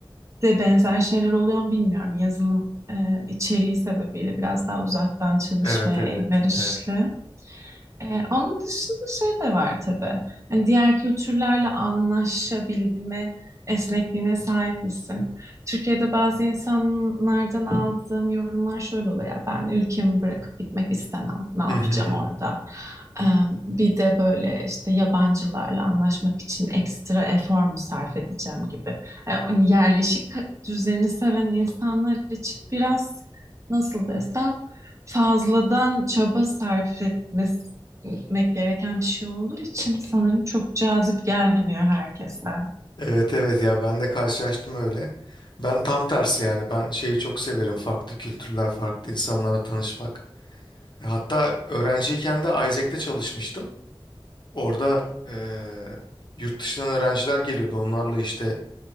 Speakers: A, on the right; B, on the left.
A: de benzer şeyler oluyor mu bilmiyorum. Yazılım e, içeriği sebebiyle biraz daha uzaktan çalışmaya
B: Evet evet
A: elverişli.
B: evet.
A: Ee, onun dışında şey de var tabii. Hani diğer kültürlerle anlaşabilme esnekliğine sahip misin? Türkiye'de bazı insanlardan aldığım yorumlar şöyle oluyor. Ya, ben ülkemi bırakıp gitmek istemem. Ne yapacağım
B: <laughs>
A: orada? Ee, bir de böyle işte yabancılarla anlaşmak için ekstra efor mu sarf edeceğim gibi. Ee, hani yerleşik düzeni seven insanlar için biraz nasıl desem fazladan çaba sarf etmesi gitmek gereken bir şey olduğu için sanırım çok cazip gelmiyor herkesten.
B: Evet evet ya ben de karşılaştım öyle. Ben tam tersi yani ben şeyi çok severim farklı kültürler farklı insanlarla tanışmak. E, Hatta öğrenciyken de Isaac'te çalışmıştım. Orada e, yurt dışından öğrenciler geliyordu onlarla işte